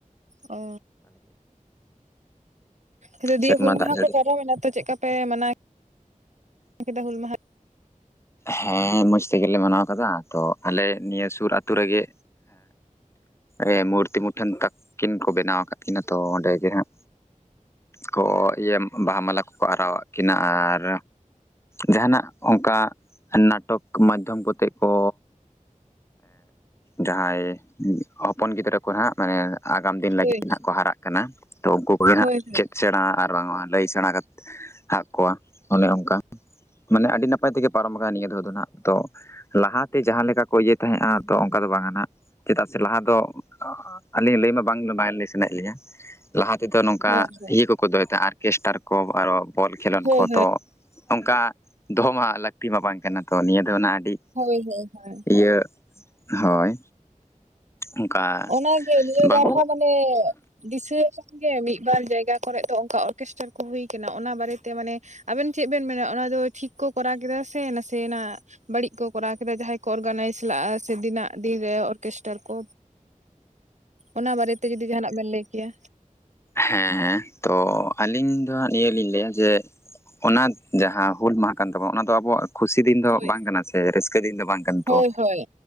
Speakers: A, on the right (about 60°); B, on the left (about 20°).
A: ᱚ ᱾ ᱟ <unintelligible> ᱫᱤᱭᱮ
B: ᱥᱮᱨᱢᱟ
A: ᱦᱩᱞ ᱢᱟᱦᱟ
B: ᱫᱟᱜ ᱡᱟᱹᱲᱤ
A: ᱠᱚ ᱯᱟᱨᱚᱢᱮᱱᱟ ᱛᱚ ᱪᱮᱫᱞᱠᱟ ᱯᱮ ᱢᱟᱱᱟᱣ ᱠᱮᱫᱟ ᱦᱩᱞ ᱢᱟᱦᱟ
B: ᱦᱮᱸ ᱢᱚᱸᱡ ᱛᱮᱜᱮᱞᱮ ᱢᱟᱱᱟᱣ ᱠᱟᱫᱟ ᱛᱚ ᱟᱞᱮ ᱱᱤᱭᱟᱹ ᱥᱩᱨ ᱟᱹᱛᱩᱳ ᱨᱮᱜᱮ ᱮᱸ ᱢᱩᱨᱛᱤ ᱢᱩᱴᱷᱟᱹᱱ ᱛᱟᱠᱠᱤᱱ ᱠᱚ ᱵᱮᱱᱟᱣ ᱟᱠᱟᱫ ᱠᱤᱱᱟᱹ ᱛᱚ ᱚᱸᱰᱮ ᱜᱮ ᱦᱜ ᱠᱚ ᱤᱭᱟᱹ ᱵᱟᱦᱟ ᱢᱟᱞᱟ ᱠᱚᱠᱚ ᱟᱨᱟᱣᱟᱜ ᱠᱤᱱᱟ ᱟᱨ ᱡᱟᱦᱟᱱᱟᱜ ᱚᱱᱠᱟ ᱱᱟᱴᱚᱠ ᱢᱟᱫᱽᱫᱷᱚᱢ ᱠᱚᱛᱮ ᱠᱚ ᱡᱟᱦᱟᱸᱭ ᱦᱚᱯᱚᱱ ᱜᱤᱫᱽᱨᱟᱹ ᱠᱚ ᱱᱟᱱᱟᱜ ᱢᱟᱱᱮ ᱟᱜᱟᱢ ᱫᱤᱱ ᱞᱟᱹᱜᱤᱫ
A: ᱦᱳᱭ
B: ᱦᱜ ᱠᱚ ᱦᱟᱨᱟᱜ ᱠᱟᱱᱟ ᱛᱚ ᱩᱱᱠᱩ ᱠᱚᱜᱮ
A: ᱦᱳᱭ
B: ᱦᱜ ᱪᱮᱫ ᱥᱮᱬᱟ ᱟᱨ ᱵᱟᱝ ᱞᱟᱹᱭ ᱥᱮᱬᱟ ᱠᱟᱛᱮ ᱟᱟᱜ ᱠᱚᱣᱟ ᱚᱱᱮ ᱚᱱᱠᱟ ᱾ ᱢᱟᱱᱮ ᱟᱹᱰᱤ ᱱᱟᱯᱟᱭ ᱛᱮᱜᱮ ᱯᱟᱨᱚᱢ ᱟᱠᱟᱱᱟ ᱱᱤᱭᱟᱹ ᱫᱷᱟᱟᱹᱣ ᱫᱚ ᱱᱟᱟᱜ ᱛᱚ ᱞᱟᱦᱟᱛᱮ ᱡᱟᱦᱟᱸ ᱞᱮᱠᱟ ᱠᱚ ᱤᱭᱟᱹ ᱛᱟᱦᱮᱸᱜᱼᱟ ᱛᱚ ᱚᱱᱠᱟ ᱫᱚ ᱵᱟᱝ ᱟᱦᱜ ᱪᱮᱫᱟᱜ ᱥᱮ ᱞᱟᱦᱟ ᱫᱚ ᱟᱹᱞᱤᱧ ᱞᱟᱹᱭᱢᱟ ᱵᱟᱝ ᱥᱟᱱᱟᱭᱮᱫ ᱞᱤᱧᱟᱹ᱾ ᱞᱟᱦᱟ ᱛᱮᱫᱚ ᱱᱚᱝᱠᱟ
A: ᱦᱳᱭ ᱦᱳᱭ
B: ᱤᱭᱟᱹ ᱠᱚᱠᱚ ᱫᱚᱦᱚᱭᱮᱫ ᱛᱟᱦᱮᱸ ᱟᱨᱚᱨᱠᱮᱥᱴᱟᱨ ᱠᱚ ᱟᱨᱚ ᱵᱚᱞ ᱠᱷᱮᱞᱚᱰ
A: ᱦᱳᱭ
B: ᱠᱚ ᱛᱚ ᱚᱱᱠᱟ ᱫᱚᱦᱚ ᱢᱟ ᱞᱟᱹᱠᱛᱤ ᱢᱟ ᱵᱟᱝ ᱠᱟᱱᱟ ᱛᱚ ᱱᱤᱭᱟᱹ ᱫᱚ ᱚᱱᱟ ᱟᱹᱰᱤ
A: ᱦᱳᱭ ᱦᱳᱭ ᱦᱳᱭ
B: ᱤᱭᱟᱹ ᱦᱳᱭ ᱚᱱᱠᱟ
A: ᱚᱱᱟᱜᱮ ᱱᱤᱭᱟᱹ
B: ᱵᱟᱝ
A: ᱫᱚ ᱟᱨᱦᱚᱸ ᱢᱟᱱᱮ ᱫᱤᱥᱟᱹ ᱜᱮ ᱢᱤᱫ ᱵᱟᱨ ᱡᱟᱭᱜᱟ ᱠᱚᱨᱮ ᱫᱚ ᱚᱱᱠᱟ ᱚᱨᱠᱮᱥᱴᱟᱨ ᱠᱚ ᱦᱩᱭ ᱟᱠᱟᱱᱟ ᱚᱱᱟ ᱵᱟᱨᱮᱛᱮ ᱢᱟᱱᱮ ᱟᱵᱮᱱ ᱪᱮᱫ ᱵᱮᱱ ᱢᱮᱱᱟ ᱚᱱᱟ ᱫᱚ ᱴᱷᱤᱠ ᱠᱚ ᱠᱚᱨᱟᱣ ᱠᱮᱫᱟ ᱥᱮ ᱱᱟᱥᱮᱱᱟᱜ ᱵᱟᱹᱲᱤᱡ ᱠᱚ ᱠᱚᱨᱟᱣ ᱠᱮᱫᱟ ᱡᱟᱦᱟᱸᱭ ᱠᱚ ᱚᱨᱜᱟᱱᱟᱭᱤᱡᱽ ᱞᱟᱜᱼᱟ ᱥᱮ ᱫᱤᱱᱟᱜ ᱫᱤᱱᱨᱮ ᱚᱨᱠᱮᱥᱴᱟᱨ ᱠᱚ ᱚᱱᱟ ᱵᱟᱨᱮᱛᱮ ᱡᱩᱫᱤ ᱡᱟᱦᱟᱱᱟᱜ ᱵᱮᱱ ᱞᱟᱹᱭ ᱠᱮᱭᱟ
B: ᱦᱮᱸ ᱛᱚ ᱟᱹᱞᱤᱧ ᱫᱚ ᱦᱟᱜ ᱱᱤᱭᱟᱹ ᱞᱤᱧ ᱞᱟᱹᱭᱟ ᱡᱮ ᱚᱱᱟ ᱡᱟᱦᱟᱸ ᱦᱩᱞ ᱢᱟᱦᱟ ᱠᱟᱱ ᱛᱟᱵᱚᱱᱟ ᱚᱱᱟ ᱫᱚ ᱟᱵᱚᱣᱟᱜ ᱠᱩᱥᱤ ᱫᱤᱱ ᱫᱚ
A: ᱦᱳᱭ
B: ᱵᱟᱝ ᱠᱟᱱᱟ ᱥᱮ ᱨᱟᱹᱥᱠᱟᱹ ᱫᱤᱱ ᱫᱚ ᱵᱟᱝ ᱠᱟᱱᱟ
A: ᱦᱳᱭ
B: ᱛᱚ
A: ᱦᱳᱭ